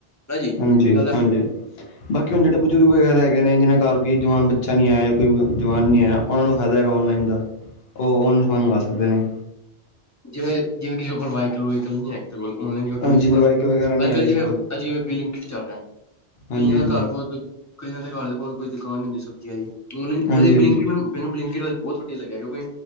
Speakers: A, on the left; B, on the left.
A: ਸਹੀ
B: ਹਾਂਜੀ-ਹਾਂਜੀ।
A: ਗੱਲ ਹੈ
B: ਹਾਂਜੇ, ਬਾਕੀ ਹੁਣ, ਜੇੜੇ ਬਜ਼ੁਰਗ ਵਗੈਰਾ ਹੈਗੇ ਨੇ, ਜਿਨਾਂ ਕਾਰ ਕੀਜ ਜਵਾਨ ਬੱਚਾ ਨੀ ਆਯਾ, ਕੋਈ ਜਵਾਨ ਨੀ ਆਯਾ, ੳਹਨਾਂ ਨੂੰ ਫੈਦਾ ਹੈਗਾ, 'ਔਨਲਾਈਨ' ਦਾ ਔ ਔੰਝ ਫੋਣ ਮਾਰ ਸਕਦੇ ਨੇ।
A: ਜਿਵੇਂ ਜਿਵੇਂ ਕਿਸੀ ਕੋਲ ਵਾਈਟ ਕਲ ਵੀਕਲ ਨੀ ਹੈ। ਕਿਸੀ ਕੋਲ ਔਨਲਾਈਨ ਸੋ਼ਪਿੰਗ
B: ਹਾਂਜੀ
A: ਅਸਤੇ
B: ਜਿਵੇਂ
A: ਬੜਾ
B: ਵਾਹੀਕਲ ਵਗੈਰਾ ਨਹੀਂ
A: ਅਜ-ਕੱਲ
B: ਹੈ ਕਿਸੇ
A: ਜਿੰਵੇ
B: ਕੋਲ
A: ਆ ਜਿਵੇਂ ਬਿਲੀਂਗ ਕਿਟ ਚੱਲ ਰਿਐ।
B: ਹਾਂਜੀ
A: ਕਈਆਂ ਦਾ
B: ਹਾਂਜੀ
A: ਘਰ ਬੌਹਤ ਕਈਆਂ ਦੇ ਘਰ ਕੋਲ ਕੋਈ ਦੁਕਾਨ ਹੁੰਦੀ ਸਬਜ਼ੀ ਆਲੀ ੳਨਲਾਇਨ
B: ਹਾਂਜੀ
A: ਕਰੇ ਬਿਲਿਂਕਿਂਗ
B: ਹਾਂਜੀ
A: ਬਹੁਤ ਵਧੀਆ ਲੱਗਿਆ ਕਿਉਂਕਿ